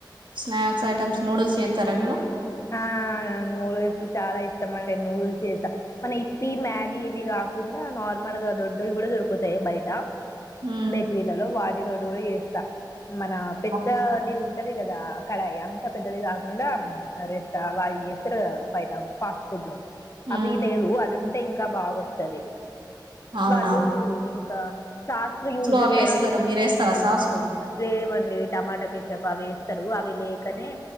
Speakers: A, on the right; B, on the left.
A: స్నాక్స్ ఐటమ్స్ నూడిల్స్ చేస్తారా మీరు
B: ఆ నూడిల్స్ చాలా ఇష్టం అండి నూడుల్స్ చేసా మన ఇప్ప మ్యాగీ ఇవి కా కాకుండా నార్మల్గా దొడ్డువి కూడా దొరుకుతాయి బయట
A: ఉమ్
B: బేకరీలలో వాటితోటి కూడా చేస్తా మన పెద్దది
A: అవును.
B: ఉ ఉంటది కదా కడయ్ అంత పెద్దది కాకుండా రెస్ వాళ్ళు చేస్తారు కదా పైన ఫాస్ట్ ఫుడ్ లో
A: ఉమ్
B: అవి లేవు అది ఉంటే ఇంకా బాగొస్తుది
A: అవునా
B: వాళ్ళు ఇంకా సాస్లు యూజ్ చేస్తారు
A: అవి వేస్తారు మీరు వేస్తారా సాస్లు
B: లేవండి టమాటాకిచ్చప్ప అవి స్తారు అవి లేకనే